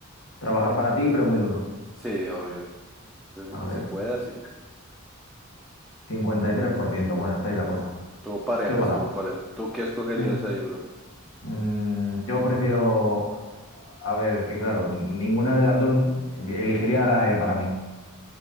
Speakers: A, on the left; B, in the centre.
A: Trabajar para ti, pero muy duro.
B: Sí, obvio. Desde
A: A
B: que
A: ver,
B: se pueda, sí.
A: cincuenta y tres por ciento Bueno, está ahí la cosa.
B: Todo parejas
A: Está igualado.
B: todo pareja. ¿Tú qué escogerías
A: Mm.
B: ahí, bro?
A: Mm, yo prefiero... A ver, es que claro, ninguna de las dos elegiría la de para mí.